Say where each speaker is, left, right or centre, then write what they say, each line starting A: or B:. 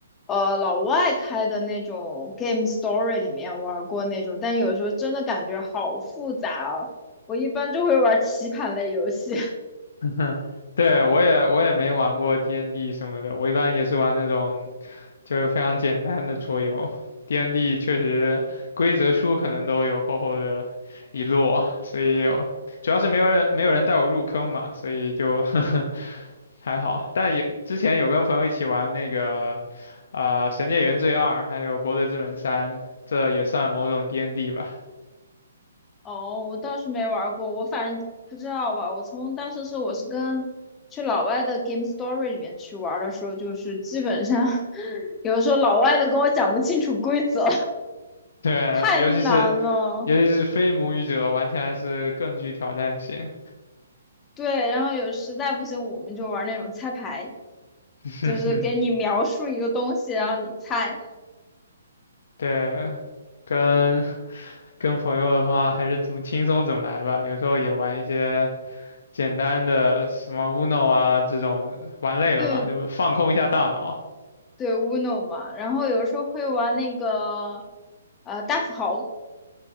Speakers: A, on the left (about 15°); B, on the left (about 65°).
A: 呃老外开的那种 Game Story 里面玩过那种，但有时候真的感觉好复杂哦。我一般就会玩棋盘类游戏。<laughs>
B: <laughs> 哼对，我也我也没玩过 DND 什么的，我一般也是玩那种就是非常简单的桌游。DND 确实规则书可能都有厚厚的一摞，所以我主要是没有人没有人带我入坑嘛，所以就 <laughs> 还好。但有之前有跟朋友一起玩那个啊、呃神界原罪二》还有《博德之门三》，这也算某种 DND 吧。
A: 哦，我倒是没玩过，我反正不知道吧。我从当时是我是跟去老外的 Game Story 里面去玩的时候，就是基本上 <laughs> 有的时候老外都跟我讲不清楚规则。
B: 对，
A: 太难了。
B: 尤其是尤其是非母语者玩起来是更具挑战性。
A: 对，然后有实在不行，我们就玩那种猜牌，
B: <laughs>
A: 就是给你描述一个东西，然后你猜。
B: 对，跟 <laughs> 跟朋友的话，还是怎么轻松怎么来吧。有时候也玩一些简单的什么 Uno 啊这种，玩累了嘛，
A: 对
B: 就放空一下大脑。
A: 对，Uno 嘛。然后有时候会玩那个呃大富豪，